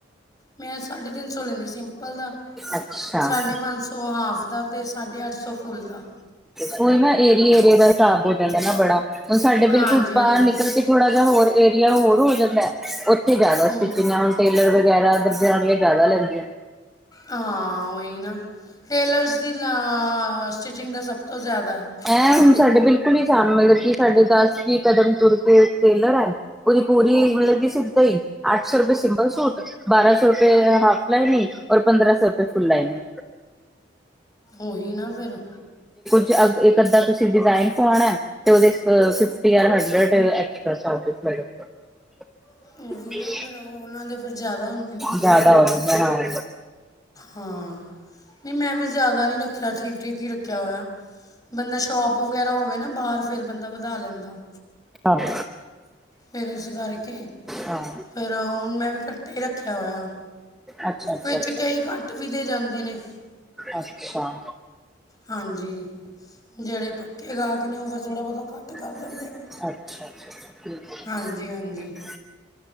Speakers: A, on the left; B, in the centre.
A: ਮੈਂ ਸਾਢੇ ਤਿੰਨ ਤਿੰਨ ਸੌ ਲੈਂਦੀ ਸਿੰਪਲ ਦਾ,
B: ਅੱਛਾ
A: ਸਾਢੇ ਪੰਜ ਸੌ ਹਾਫ ਦਾ, ਤੇ ਸਾਢੇ ਅੱਠ ਸੌ ਫੁੱਲ ਦਾ।
B: ਕੋਈ ਨਾ ਏਰੀਏ ਏਰੀਏ ਦਾ ਸਾਬ ਹੋ ਜਾਂਦਾ ਨਾ ਬੜਾ। ਹੁਨ ਸਾਡੇ
A: ਹਾਂਜੀ
B: ਬਿਲਕੁਲ
A: ਹਾਂਜੀ
B: ਬਾਹਰ ਨਿਕਲ ਕੇ ਥੋੜਾ। ਹੋਰ ਏਰੀਆ ਹੋਰ ਹੋ ਜਾਂਦਾ ਹੈ, ਹ- ਤੇ ਜ਼ਿਆਦਾ
A: ਹੂੰ
B: ਸਟੀਚਿੰਗ <unintelligible> ਟੇਲਰ- ਵਗੈਰਾ ਦਰਜਾਣੀਆਂ ਜ਼ਿਆਦਾ ਲੈਂ- <inaudible>
A: ਹਾਂ ਹਾਂ, ਉਹੀ ਨਾ ਟੇਲਰਸ ਦੀ ਨਾ ਸਟਿਚਿੰਗ ਤਾ ਸਭ ਤੋਂ ਜ਼ਿਆਦਾ ਹੈ।
B: ਐ ਹੁਣ ਸਾਡੇ ਬਿਲਕੁਲ ਹੀ ਸਾਹਮਣੇ ਮਤਲਬ ਕਿ ਸਾਡੇ ਦਸ, ਵੀ ਕਦਮ ਤੁਰ ਕੇ ਟੇਲਰ ਹੈ, ਉਹਦੀ ਪੂਰੀ ਮਤਲਬ ਕੀ ਸਿੱਧਾ ਹੀ ਅੱਠ ਸੋ ਰੁਪਏ ਸਿੰਪਲ ਸੂਟ, ਬਾਰਾਂ ਸੋ ਰੁਪਏ ਹਾਫ ਲਾਈਨਿੰਗ ਔਰ ਪੰਦਰਾਂ ਸੋ ਰੁਪਏ ਫ- ਫੁੱਲ ਲਾਈਨ-
A: ਉਹੀ ਨਾ ਫਿਰ
B: ਜੇ ਇੱਕ ਅੱਧਾ ਤੁਸੀਂ ਡਿਜ਼ਾਈਨ ਪਾਉਣਾ ਹੇ ਤੇ ਉਹਦੇ ਫ ਫੀਫਟੀ ਯ ਹਨਡਰਡ <unintelligible>
A: ਉਹੀ ਨਾ ਫਿਰ ਉਹਨਾਂ ਦੇ ਫਿਰ ਜ਼ਿਆਦਾ ਹੁੰਦੇ ਨੇ
B: ਜ਼ਿਆਦਾ <unintelligible> ਵਵੇ ਬਣਾ ਹੋ
A: ਹਾਂ, ਨਹੀਂ ਮੈਂ ਵੀ ਜਿਆਦਾ ਨੀ ਰੱਖਿਆ ਠੀਕ- ਠੀਕ ਹੀ ਰੱਖਿਆ ਹੋਇਆ, ਬੰਦਾ ਸ਼ੋਪ ਵਗੈਰਾ ਹੋਵੇ ਨਾ ਬਾਹਰ ਫਿਰ ਬੰਦਾ ਵਧਾ ਲੈਂਦਾ।
B: ਆਹ।
A: ਫਿਰ ਇਸ ਕਰਕੇ,
B: ਹਾਂ
A: ਫਿਰ ਹੁਣ ਮੈਂ ਵੀ ਕੱਟੇ ਹੀ ਰੱਖਿਆ ਹੋਇਆ ਆ,
B: ਅੱਛਾ ਅੱਛਾ
A: ਵਿੱਚ
B: ਅੱਛਾ
A: ਕਈ ਕੱਟ ਵੀ ਦੇ ਜਾਂਦੇ ਨੇ।
B: ਅੱਛਾ
A: ਹਾਂਜੀ ਜਿਹੜੇ ਪੱਕੇ ਗਾਹਕ ਨੇ ਉਹ ਫਿਰ ਥੋੜਾ ਬਹੁਤਾ ਘੱਟ ਕਰ-
B: ਅੱਛਾ-
A: ਦਿੰਦੇ ਨੇ
B: ਅੱਛਾ ਅੱਾ ਠੀਕ ਹੈ।
A: ਹਾਂਜੀ ਹਾਂਜੀ